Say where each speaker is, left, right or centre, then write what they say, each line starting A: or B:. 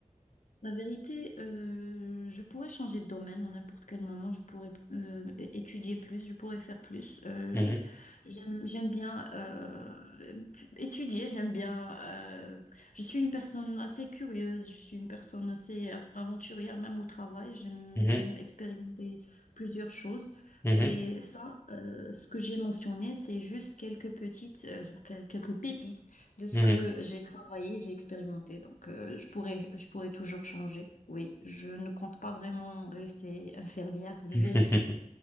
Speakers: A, on the left; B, on the left.
A: La vérité, euh, je pourrais changer de domaine à n'importe quel moment, je pourrais euh, é- étudier plus, je pourrais faire plus. Euh,
B: Mhm,
A: j'aime, j'aime bien euh, étudier, j'aime bien... euh, je suis une personne assez curieuse, je suis une personne assez av- aventurière, même au travail, j'aime,
B: mhm,
A: j'aime expérimenter plusieurs choses.
B: mhm,
A: Et ça, euh, ce que j'ai mentionné, c'est juste quelques petites, euh, genre, que- quelques pépites de ce
B: mhm.
A: que j'ai travaillé, j'ai expérimenté. Donc, euh, je pourrais, je pourrais toujours changer. Oui, je ne compte pas vraiment rester infirmière, la
B: <laughs>
A: vérité.